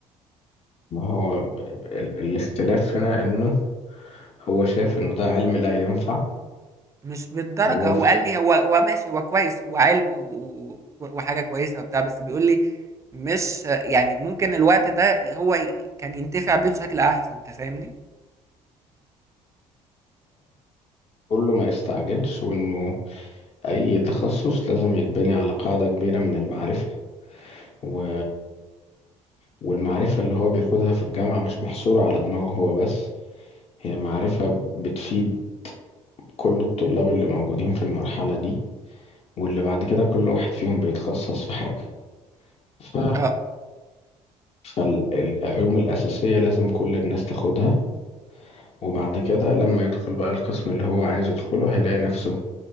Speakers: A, on the left; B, on the right.
A: ما هو ب- ب- ال... الاختلاف هنا انه هو شايف انه ده علم لا ينفع
B: مش بالدرجه
A: وهو
B: هو
A: ف-
B: قال لي هو هو ماشي هو كويس هو علم و- و- وحاجه كويسه وبتاع بس بيقول لي مش يعني ممكن الوقت ده هو ي- كان ينتفع بيه بشكل احسن انت فاهمني
A: كله ما يستعجلش وانه اي تخصص لازم يتبني على قاعدة كبيرة من المعرفة و... والمعرفة اللي هو بياخدها في الجامعة مش محصورة على دماغه هو بس هي معرفة بتفيد كل الطلاب اللي موجودين في المرحلة دي واللي بعد كده كل واحد فيهم بيتخصص في حاجة ف...
B: اه
A: فالعلوم الأساسية لازم كل الناس تاخدها وبعد كده لما يدخل بقى القسم اللي هو عايز يدخله هيلاقي نفسه